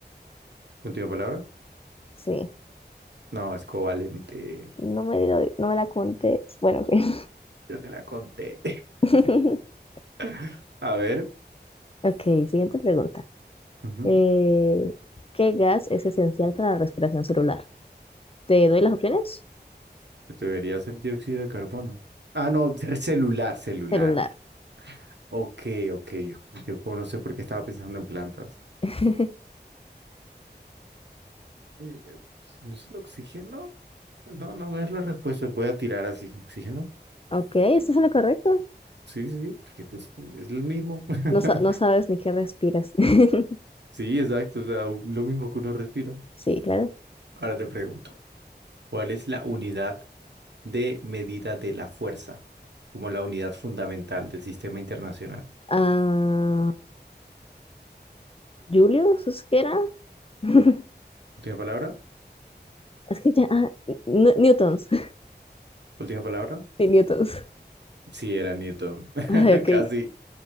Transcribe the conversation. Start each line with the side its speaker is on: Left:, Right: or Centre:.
Right: ¿Última palabra?
Left: Sí.
Right: No, es covalente.
Left: No me, doy- no me la contes. Bueno, en fin.
Right: Yo te la conté.
Left: <laughs>
Right: <laughs> A ver.
Left: Ok, siguiente pregunta.
Right: Ujú.
Left: Eh, ¿qué gas es esencial para la respiración celular? ¿Te doy las opciones?
Right: Pues Debería ser dióxido de carbono. Ah, no, ser celular, celular.
Left: Celular.
Right: Ok, ok. Yo, yo como no sé por qué estaba pensando en plantas.
Left: <laughs>
Right: Eh, pues, ¿no es el oxígeno? No, no me das la respuesta. Voy a tirar así. ¿Oxígeno?
Left: Ok, esto es lo correcto.
Right: Sí, sí, sí, porque pues, es lo mismo. <laughs>
Left: No, sa- no sabes ni qué respiras. <laughs>
Right: Sí, exacto, o sea, u- lo mismo que uno respira.
Left: Sí, claro.
Right: Ahora te pregunto, ¿cuál es la unidad de medida de la fuerza como la unidad fundamental del sistema internacional?
Left: Ah, ¿Julius? ¿Es que era? <laughs>
Right: Última palabra,
Left: Es que ya. ah, N- Newtons. <laughs>
Right: última palabra.
Left: Sí, Newtons.
Right: Sí, era Newton. <laughs>
Left: Ay, ok.
Right: Casi.